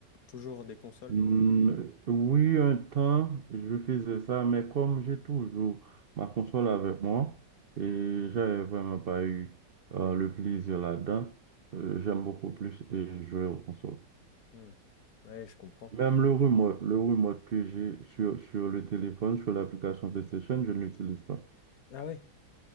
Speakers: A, on the left; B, on the right.
A: Toujours des consoles?
B: Hmm, oui, un temps, je faisais ça, mais comme j'ai toujours ma console avec moi et j'avais vraiment pas eu euh, le plaisir là-dedans, euh, j'aime beaucoup plus et jouer aux consoles.
A: Hmm. Ouais, je comprends.
B: Même le remote, le remote que j'ai sur, sur le téléphone, sur l'application PlayStation, je ne l'utilise pas.
A: Ah ouais.